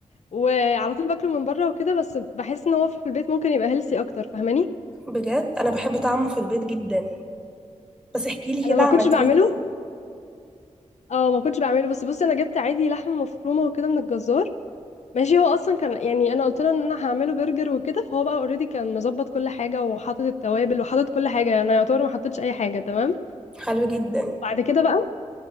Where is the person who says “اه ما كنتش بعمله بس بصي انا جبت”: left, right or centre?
Left